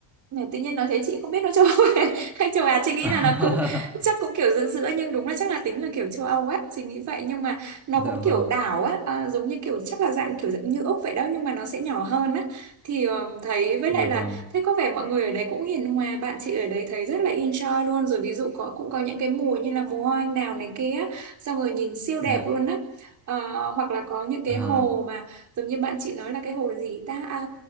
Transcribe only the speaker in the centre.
<laughs>
dạ
vâng
dạ
vâng
dạ
à,